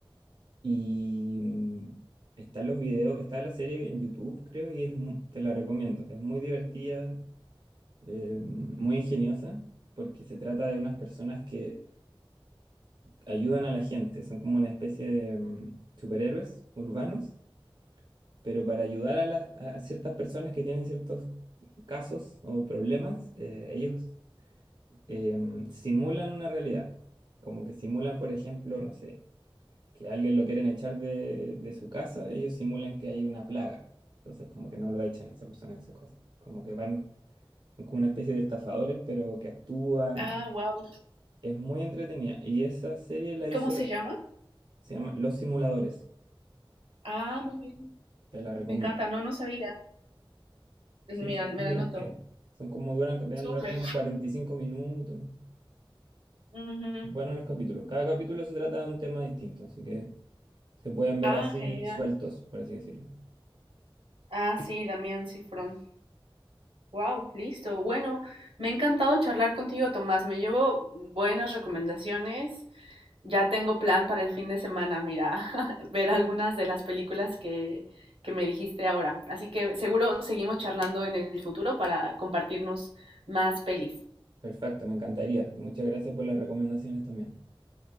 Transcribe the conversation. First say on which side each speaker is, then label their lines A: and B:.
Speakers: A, on the right; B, on the right.
A: Y mm, están los videos, está la serie en YouTube, creo, y es, mu- te la recomiendo. Es muy divertida, eh, muy ingeniosa, porque se trata de unas personas que ayudan a la gente. Son como una especie de mm, superhéroes urbanos, pero para ayudar a, las, a ciertas personas que tienen ciertos casos o problemas, eh, ellos em, simulan una realidad. Como que simulan, por ejemplo, no sé. que a alguien lo quieren echar de, de su casa, ellos simulan que hay una plaga. Entonces, como que no lo echan a esa persona de su casa. Como que van como una especie de estafadores, pero que actúan.
B: Ah, wow.
A: Es muy entretenida. Y esa serie la hizo
B: ¿Cómo se
A: él.
B: llama?
A: Se llama Los Simuladores.
B: Ah, muy bien.
A: Te la recomiendo.
B: Me encanta. No, no sabía. Eh,
A: Sí,
B: Mira,
A: son
B: me
A: divertidas.
B: la anoto.
A: Son como duran, deben
B: Súper.
A: durar como unos 45 minutos. bueno
B: Ujú.
A: los capítulos. Cada capítulo se trata de un tema distinto, así que se pueden ver
B: Ah,
A: así
B: genial.
A: sueltos, por así decirlo.
B: Ah, sí, Damián Cifrón. Wow, listo. Bueno, me ha encantado charlar contigo, Tomás. Me llevo buenas recomendaciones. Ya tengo plan para el fin de semana, mira, <laughs> ver algunas de las películas que, que me dijiste ahora. Así que seguro seguimos charlando en el futuro para compartirnos más pelis.
A: Perfecto, me encantaría. Y muchas gracias por las recomendaciones también.